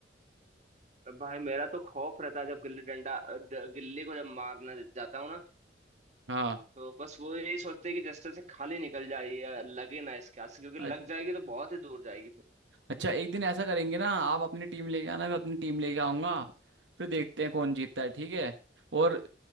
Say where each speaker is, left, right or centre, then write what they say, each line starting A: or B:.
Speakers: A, on the right; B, on the right.
A: तो भाई मेरा तो खौफ रहता है जब गिल्ली डंडा अ, ड- गिल्ले को जब मारने जाता हूँ ना
B: हाँ
A: तो बस वो यही सोचते हैं कि जस्ते से खाली निकल जाए या लगे ना इसके हाथ से क्योंकि
B: अ-
A: लग जाएगी तो बहुत ही दूर जाएगी फिर
B: अच्छा एक दिन ऐसा करेंगे ना आप अपनी टीम लेके आना मैं अपनी टीम लेके आऊंगा फिर देखते हैं कौन जीतता है ठीक है और